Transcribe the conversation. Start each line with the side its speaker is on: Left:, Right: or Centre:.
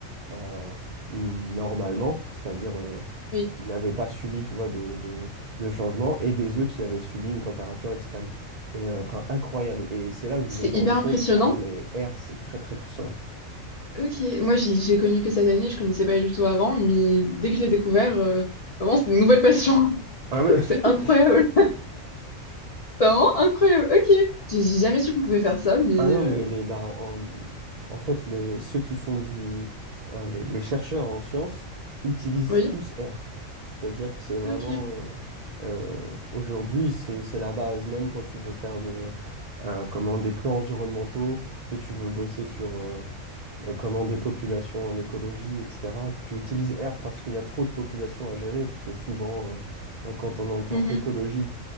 Right: euh, normalement, c'est-à-dire euh,
Left: Oui.
Right: qui n'avaient pas subi, tu vois, de, de, de changement, et des œufs qui avaient subi une température extrême. Et euh, enfin, incroyable. Et c'est là que je
Left: C'est
Right: me suis
Left: hyper
Right: rendu compte,
Left: impressionnant.
Right: ah non, mais R, c'est très très puissant.
Left: Ok. Moi, j'ai j'ai connu que cette année, je connaissais pas du tout avant, mais dès que je l'ai découvert, euh, vraiment, c'est une nouvelle passion.
Right: Ah ouais.
Left: <laughs>
Right: <laughs>
Left: C'est incroyable. C'est vraiment incroyable. Ok. J'ai j'ai jamais su qu'on pouvait faire ça, mais
Right: Ah
Left: euh,
Right: non, mais les, bah, en, en fait, les, ceux qui font du. euh, les, les chercheurs en sciences utilisent
Left: oui.
Right: tous R. C'est-à-dire que c'est vraiment.
Left: Ok.
Right: euh, euh, aujourd'hui, c'est, c'est la base. Même quand tu veux faire de, euh, comment, des plans environnementaux, que tu veux bosser sur euh, euh, comment des populations en écologie, etc., tu utilises R parce qu'il y a trop de populations à gérer. Parce que souvent, euh, euh, quand on entend
Left: Mhm.
Right: écologie,